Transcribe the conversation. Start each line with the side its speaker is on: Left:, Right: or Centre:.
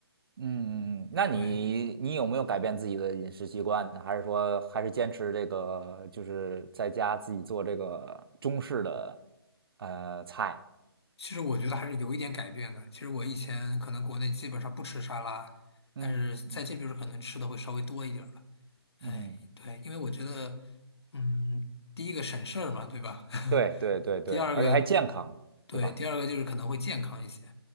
Right: 嗯，嗯嗯那你你有没有改变自己的饮食习惯呢？
Left: 对。
Right: 还是说还是坚持这个，就是在家自己做这个中式的呃菜？
Left: 其实我觉得还是有一点改变的。其实我以前可能国内基本上不吃沙拉，
Right: 嗯嗯
Left: 但是在这边儿可能吃的会稍微多一点儿了。
Right: 嗯，
Left: 哎，对，因为我觉得，嗯，第一个省事儿嘛，对吧？<laughs>
Right: 对对对对，
Left: 第二个，
Right: 而且还健康，
Left: 对，
Right: 对吧？
Left: 第二个就是可能会健康一些。